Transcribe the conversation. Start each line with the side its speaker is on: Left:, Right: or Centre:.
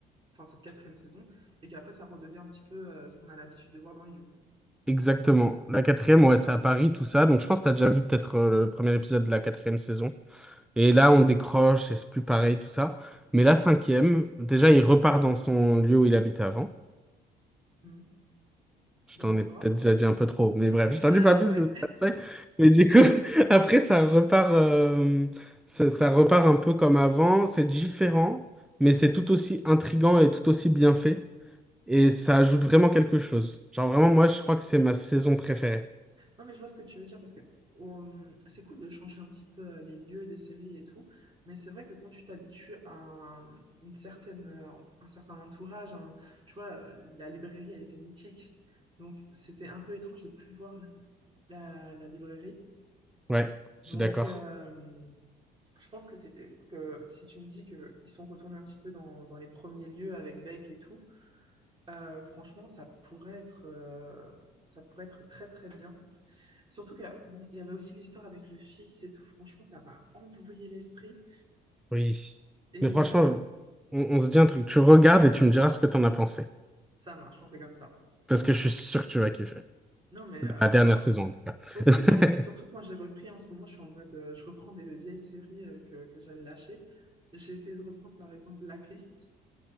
Right: enfin cette quatrième saison, et qu'après ça redevient un petit peu euh, ce qu'on a l'habitude de voir dans You.
Centre: exactement. La quatrième, ouais, c'est à Paris, tout ça. Donc, je pense que tu as déjà vu peut-être euh, le premier épisode de la quatrième saison. Et là, on décroche, et c'est plus pareil, tout ça. Mais la cinquième, déjà, il repart dans son lieu où il habitait avant.
Right: Hmm.
Centre: Je
Right: D'accord.
Centre: t'en ai peut-être déjà dit un peu trop, mais bref, je t'en
Right: Ah
Centre: dis pas plus
Right: ouais.
Centre: parce que ça se fait. Mais du coup, <laughs> après, ça repart, euh, ça, ça repart un peu comme avant. C'est différent, mais c'est tout aussi intriguant et tout aussi bien fait. Et ça ajoute vraiment quelque chose. Genre, vraiment,
Right: <laughs> D'accord.
Centre: moi, je crois que c'est ma saison préférée.
Right: Non, mais je vois ce que tu veux dire parce que euh, c'est cool de changer un petit peu euh, les lieux des séries et tout, mais c'est vrai que quand tu t'habitues à un- une certaine, euh, un certain entourage, un- tu vois, euh, la librairie, elle était mythique. Donc, c'était un peu étrange de plus voir la, la- la librairie.
Centre: Ouais, je
Right: Donc,
Centre: suis d'accord.
Right: euh, Je pense que c'était que si tu me dis que ils sont retournés un petit peu dans, dans les premiers lieux avec Beck et tout, euh, franchement, ça pourrait être euh, ça pourrait être très très bien. Surtout que bon, il y avait aussi l'histoire avec le fils et tout. Franchement, ça m'a embrouillé l'esprit
Centre: Oui.
Right: et
Centre: Mais franchement,
Right: euh,
Centre: on, on se dit un truc. Tu regardes et tu me diras ce que t'en as pensé.
Right: ça marche. On fait comme ça.
Centre: Parce que je suis sûr que tu vas kiffer.
Right: Non, mais euh,
Centre: La
Right: enfin
Centre: dernière saison, en tout cas.
Right: possible.
Centre: <laughs>
Right: Hein. Surtout que moi, j'ai repris en ce moment. Je suis en mode, euh, je reprends des vieilles séries euh, que que j'avais lâchées. J'ai essayé de reprendre par exemple Blacklist.